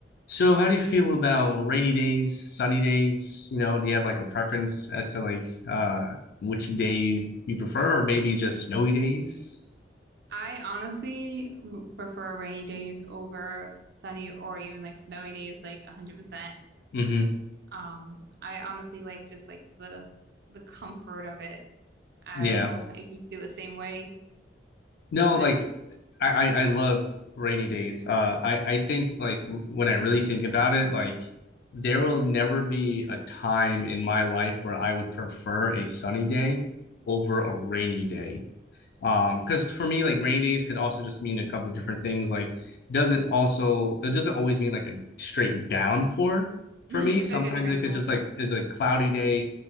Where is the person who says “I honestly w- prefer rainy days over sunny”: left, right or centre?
Right